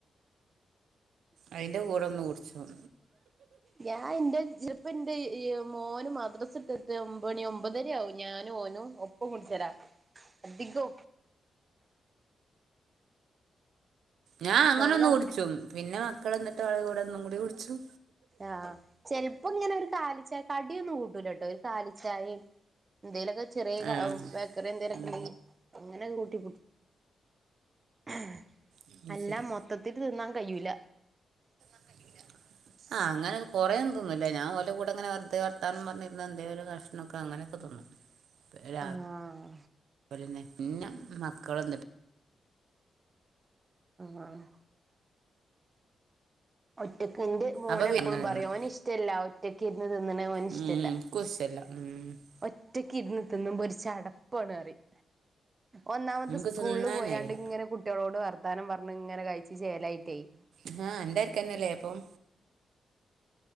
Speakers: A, on the right; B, on the right.
A: അയിന്റെ കൂടൊന്ന് കുടിച്ചും.
B: ഞാനിന്റെ ജ്ജിപ്പോ ന്റെ മോനും. മദ്രസട്ടിട്ടു ഒമ്പ മണി ഒമ്പതര ആവും ഞാനു ഓനും ഒപ്പം കുടിച്ചരാ അധികോ
A: ഞാ
B: ഒന്നാമതാണ്
A: അങ്ങനൊന്ന് കുടിച്ചും. പിന്നെ മക്കൾ വ ന്നിട്ട് അവരുടെ കൂടെ ഒന്നുംകൂടി കുടിച്ചും.
B: ആചെലപ്പോ ഇങ്ങനെ ഒരു കാലിച്ചായ കടിയൊന്നും കൂട്ടൂലട്ടോ ഒരു കാലിച്ചായും എന്തേലൊക്കെ ചെറിയ
A: ആഹ്
B: ഏഹ് ബേക്കറി എന്തേലൊക്കെണ്ടെങ്കി
A: ഉം
B: അങ്ങനെ കൂട്ടി <unintelligible>
A: അത്
B: അല്ല
A: ശരി
B: മൊത്തത്തില് തിന്നാൻ കയ്യൂല.
A: കയ്യൂല ആഹ് അങ്ങനെ കുറെയൊന്നുതിന്നുല്ല ഞൻ ഓലെ കൂടെ ങ്ങനെ വെർതെ വർത്താനം പർഞ്ഞിര്ന്ന് എന്തേലൊരു കഷ് പ്പ അങ്ങനെക്കെ തിന്നും രാവ്
B: ആഹ്
A: <unintelligible> പിന്നെ മക്കളൊ <unintelligible>
B: ആഹ് ഒറ്റക്ക് ന്റെ മോനെപ്പളും
A: അപ്പൊ അങ്ങനെ
B: പറിം
A: തിന്നും
B: ഓനിഷ്ടല്ല ഒറ്റക്കിര്ന്ന് തിന്ന്ണെ ഓനിഷ്ടല്ല.
A: ഉം <unintelligible> ഉം
B: ഒറ്റക്കിര്ന്ന് തിന്നുമ്പോ ഒര് ചടപ്പാണറിം ഒന്നാമത്
A: നമുക്ക്
B: സ്കൂളില്
A: തിന്നാൻ
B: പോയാണ്ട്
A: കയ്യൂല
B: ങ്ങനെ കു ട്ട്യളോട് വർത്താനം പർഞ്ഞ്ങ്ങനെ കഴിച്ച് ചേലായിട്ടെയ്
A: ആഹ് അന്റര്ക്കനല്ലേപ്പം